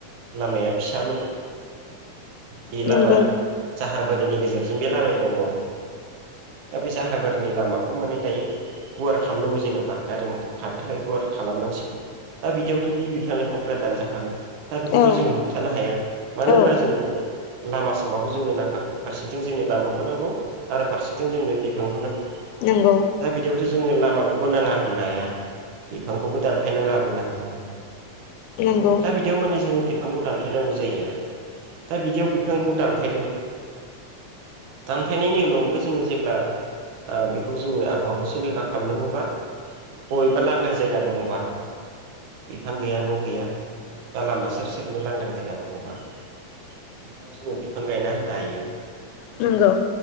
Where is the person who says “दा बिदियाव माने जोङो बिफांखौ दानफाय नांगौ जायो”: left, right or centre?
Right